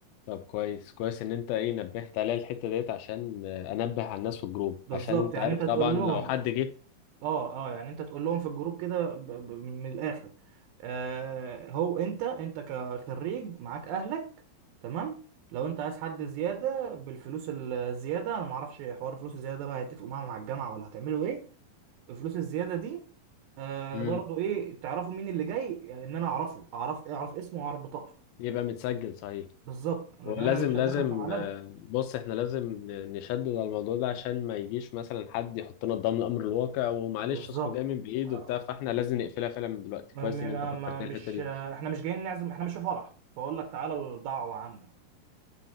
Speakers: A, on the left (about 80°); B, on the right (about 80°).
A: طب كويس كويس ان انت ايه نبهت عليا الحته ديت عشان آه، انبه على الناس في الجروب
B: بالظبط
A: عشان انت
B: يعني
A: عارف
B: انت الحاجة
A: طبعا
B: تقول بتبقى
A: لو
B: لهم
A: حد جه
B: اه اه يعني انت تقول لهم في الجروب كده ب... ب... من الاخر آه هو انت انت كخريج معاك اهلك تمام لو انت عايز حد زياده بالفلوس الزياده انا معرفش حوار الفلوس الزياده ده بقى هيتفقوا معاهم مع الجامعه ولا هتعملوا ايه الفلوس الزياده دي آه
A: امم
B: برضو ايه تعرفوا مين اللي جاي يعني ان انا اعرفه اعرف اعرف اسمه واعرف بطاقته
A: يبقى متسجل صحيح
B: بالظبط لكن
A: ولازم
B: انا مش
A: لازم
B: هندخل في بهلله
A: آه، بص احنا لازم ن- نشدد على الموضوع ده عشان ما يجيش مثلا حد يحطنا قدام الامر الواقع ومعلش
B: بالظبط
A: اصله جاي من بعيد
B: آه.
A: وبتاع فاحنا لازم نقفلها فعلا من دلوقتي
B: ما
A: كويس
B: ما
A: ان
B: ما
A: انت فكرتني
B: ما- مش
A: الحته دي
B: آه، احنا مش جايين نعزم احنا مش في فرح فاقول لك تعالى الدعوه عامه